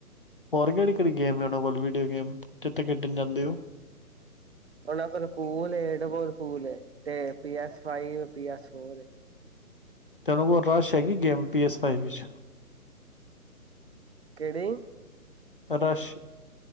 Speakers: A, on the left; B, on the right.
A: ਹੋਰ ਕਿਹੜੀ ਕਿਹੜੀ ਗੇਮ ਹੈ ਉਹਨਾਂ ਕੋਲ ਵੀਡੀਓ ਗੇਮ ਜਿੱਥੇ ਖੇਡਣ ਜਾਂਦੇ ਹੋ।
B: ਉਹਨਾਂ ਕੋਲਪੂਲ, ਡਬੋਪੂਲ ਤੇ P S five P S four ਏ।
A: ਤੈਨੂੰ ਕੋਲ ਰਸ਼ ਹੈਗੀ ਗੇਮ ਪੀ ਐਸ ਫਾਈ ਵਿੱਚ।
B: ਕਿਹੜੀ?
A: ਰਸ਼।